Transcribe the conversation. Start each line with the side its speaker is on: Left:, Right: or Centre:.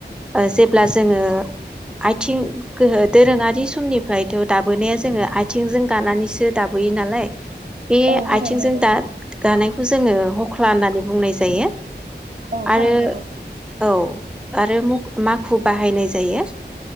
Centre: ओ जेब्ला जोङो आथिं गोहो दोरोङारि समनिफ्रायथ' दाबोने जोङो आथिंजों गानानैस <unintelligible> दाबोयो नालाय बे
Right: औ थारैनो
Centre: आथिंजों
Right: नंगौ
Centre: दा गानायखौ जोङो हख्ला होननानै बुंनाय जायो।
Right: औ थारैनो
Centre: आरो
Right: नंगौ
Centre: औ आरो मुख माखु बाहायनाय जायो।